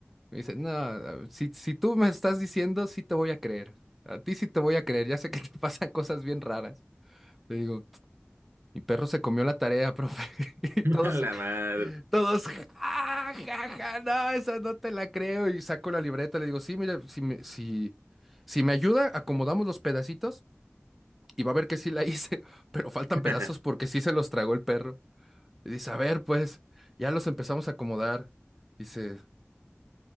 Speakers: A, in the centre; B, on the right (about 60°).
A: Me dice, no, a- si, si tú me estás diciendo, sí te voy a creer. A ti sí te voy a creer. Ya sé que te <laughs> pasan cosas bien raras. Le digo, Mi perro se comió la tarea, profe. <laughs> Y
B: <laughs>
A: todos,
B: A la madre.
A: todos, ja, ja, ja, no, esa no te la creo. Y saco la libreta, le digo, sí, mire, si me, si, si me ayuda, acomodamos los pedacitos y va a ver que sí la hice, <laughs> pero faltan
B: <laughs>
A: pedazos porque sí se los tragó el perro. Y dice, a ver, pues, ya los empezamos a acomodar. Dice,